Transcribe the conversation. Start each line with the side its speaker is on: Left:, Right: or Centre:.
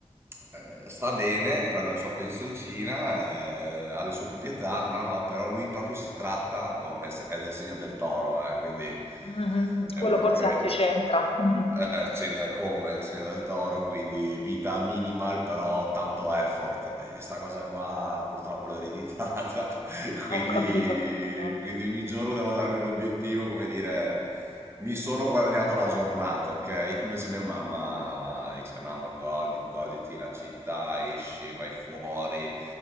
Right: eh, sta bene, prende la sua pensioncina, eh, ha le sue proprietà. No, no, però lui proprio si tratta, boh, è, è del segno del toro, eh, quindi
Left: mhm.
Right: è
Left: Quello
Right: uno
Left: forse
Right: che...
Left: anche c'entra. <laughs>
Right: Eh, c'entra come il segno del toro, quindi vita minimal, però tanto effort. E sta cosa qua purtroppo l'ho ereditata. <laughs> Quindi,
Left: Mhm. Ho capito, ho capito.
Right: quindi ogni giorno devo darmi un obiettivo, come dire, mi sono guadagnato la giornata, ok? Invece mia mamma dice: No, ma godi- goditi la città, esci, vai fuori,